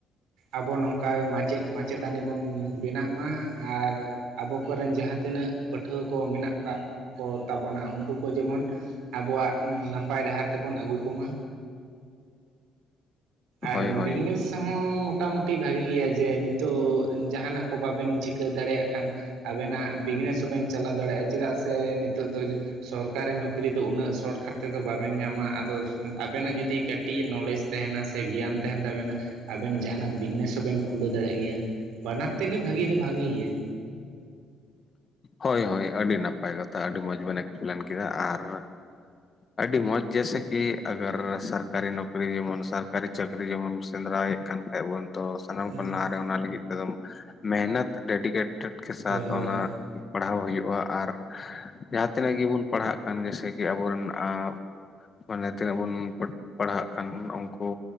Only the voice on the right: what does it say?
ᱟᱵᱚ ᱱᱚᱝᱠᱟ ᱢᱟᱪᱮᱫ ᱢᱟᱪᱮᱛᱟᱹᱱᱤ ᱵᱚᱱ ᱵᱮᱱᱟᱜ ᱢᱟ ᱾ ᱟᱨ ᱟᱵᱚ ᱠᱚᱨᱮᱱ ᱡᱟᱦᱟᱸ ᱛᱤᱱᱟᱹᱜ ᱯᱟᱹᱴᱷᱩᱣᱟᱹ ᱠᱚ ᱢᱮᱱᱟᱜ ᱠᱟᱜ ᱠᱚ ᱛᱟᱵᱚᱱᱟ ᱩᱱᱠᱩ ᱠᱚ᱾ ᱠᱚ ᱡᱮᱢᱚᱱ ᱟᱵᱚᱣᱟᱜ ᱱᱟᱯᱟᱭ ᱰᱟᱦᱟᱨ ᱛᱮᱵᱚᱱ ᱟᱹᱜᱩ ᱠᱚᱢᱟ᱾ ᱟᱨ
ᱵᱤᱡᱽᱱᱮᱥ ᱦᱚᱸ ᱢᱚᱴᱟᱢᱩ ᱴᱤ ᱵᱷᱟᱹᱜᱮ ᱜᱮᱭᱟ ᱡᱮ ᱱᱤᱛᱚᱜ ᱡᱟᱦᱟᱱᱟᱜ ᱠᱚ ᱵᱟᱵᱮᱱ ᱪᱤᱠᱟᱹ ᱫᱟᱲᱮᱭᱟᱜ ᱠᱷᱟᱱ ᱟᱵᱮᱱᱟᱜ ᱵᱤᱜᱽᱱᱮᱥ ᱦᱚᱸᱵᱮᱱ ᱪᱟᱞᱟᱣ ᱫᱟᱲᱮᱭᱟᱜᱼᱟ᱾ ᱪᱮᱫᱟᱜ ᱥᱮ ᱱᱤᱛᱚᱜ ᱫᱚ ᱥᱚᱨᱠᱟᱨᱤ ᱱᱩᱠᱨᱤ ᱫᱚ ᱩᱱᱟᱹᱜ ᱥᱚᱨᱚᱴᱠᱴ ᱛᱮᱫᱚ ᱵᱟᱵᱮᱱ ᱧᱟᱢᱟ ᱟᱫᱚ ᱟᱵᱮᱱᱟᱜ ᱡᱩᱫᱤ ᱴᱤ ᱱᱚᱞᱮᱡᱽ ᱛᱟᱦᱮᱱᱟ ᱥᱮ ᱜᱮᱭᱟᱱ ᱛᱟᱦᱮᱱ ᱛᱟᱵᱮᱱᱟ ᱟᱵᱮᱱ ᱡᱟᱦᱟᱱᱟᱜ ᱵᱤᱜᱽᱱᱮᱥ ᱦᱚᱸᱵᱮᱱ ᱠᱷᱩᱞᱟᱹᱣ ᱫᱟᱲᱮᱜ ᱜᱮᱭᱟ᱾ ᱵᱟᱱᱟᱨ ᱛᱮᱜᱮ ᱵᱷᱟᱜᱤ ᱫᱚ ᱵᱷᱟᱜᱤ ᱜᱮᱭᱟ᱾
ᱦᱩᱸ
ᱦᱳᱭ ᱦᱳᱭ